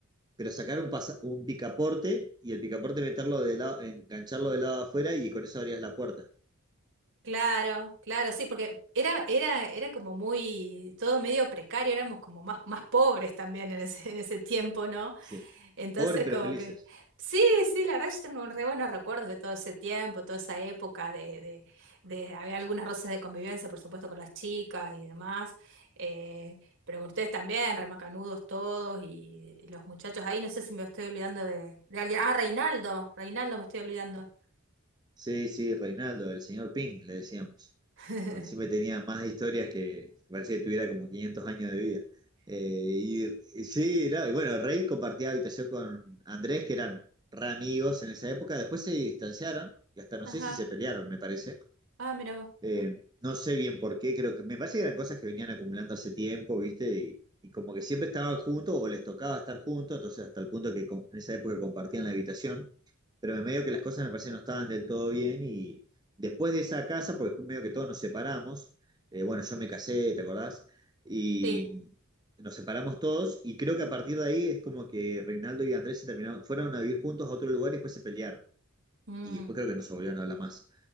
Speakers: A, on the right; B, on the right.
A: pero sacar un, pasa- un picaporte y el picaporte meterlo de lado, engancharlo del lado afuera y con eso abrías la puerta.
B: Claro, claro, sí, porque era, era, era como muy, todo medio precario, éramos como más, más pobres también en ese, en ese tiempo, ¿no?
A: Sí.
B: Entonces,
A: Pobres pero
B: como
A: felices.
B: que, sí, sí, la verdad yo tengo re buenos recuerdos de todo ese tiempo, toda esa época de, de, de- había algunas roces de convivencia, por supuesto, con las chicas y demás, eh, pero con ustedes también, remacanudos todos y, y los muchachos ahí, no sé si me estoy olvidando de, de alguien, ah, Reinaldo, Reinaldo me estoy olvidando.
A: Sí, sí, Reinaldo, el señor Ping, le decíamos.
B: <laughs>
A: Porque siempre tenía más historias que parecía que tuviera como 500 años de vida. Eh, y, y sí, no, y bueno, Rey compartía habitación con Andrés, que eran re amigos en esa época. Después se distanciaron y hasta no
B: Ajá,
A: sé si se pelearon, me parece.
B: ah, mira vos.
A: Eh, no sé bien por qué, creo que me parece que eran cosas que venían acumulando hace tiempo, ¿viste? Y, y como que siempre estaban juntos o les tocaba estar juntos, entonces hasta el punto que com- en esa época compartían la habitación, pero me medio que las cosas me parece que no estaban del todo bien y después de esa casa, porque después medio que todos nos separamos, eh, bueno, yo me casé, ¿te acordás? Y
B: Sí.
A: nos separamos todos y creo que a partir de ahí es como que Reinaldo y Andrés se terminaron, fueron a vivir juntos a otro lugar y después se pelearon
B: Mm,
A: y después creo que no se volvieron a hablar más.